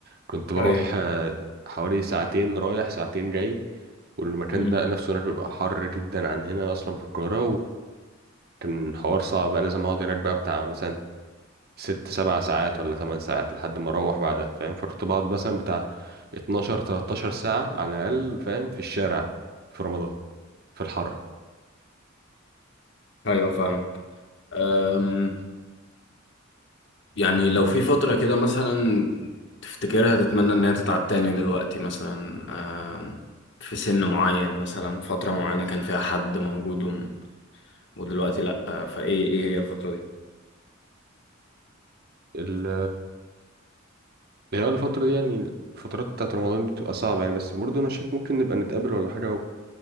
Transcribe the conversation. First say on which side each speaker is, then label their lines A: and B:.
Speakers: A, on the right; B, on the left.
A: كنت بروح
B: ايوه
A: آه، حوالي ساعتين رايح ساعتين جاي والمكان
B: امم
A: ده نفسه هناك بيبقى حر جدا عن هنا اصلا في القاهرة كان حوار صعب بقى لازم اقعد هناك بقى بتاع مثلا ست سبع ساعات ولا تمن ساعات لحد ما اروح بعدها فاهم فكنت بقعد مثلا بتاع 12 13 ساعة على الأقل فاهم في الشارع في رمضان في الحر
B: ايوه فاهمك أم، يعني لو في فترة كده مثلا تفتكرها تتمنى إن هي تتعاد تاني دلوقتي مثلا آم، في سن معين مثلا فترة معينة كان فيها حد موجود وم- ودلوقتي لأ آه، فإيه إيه هي الفترة دي؟
A: ال- اللي هي الفترة دي يعني الفترات بتاعت رمضان دي بتبقى صعبة يعني بس برضه أنا شايف ممكن نبقى نتقابل ولا حاجة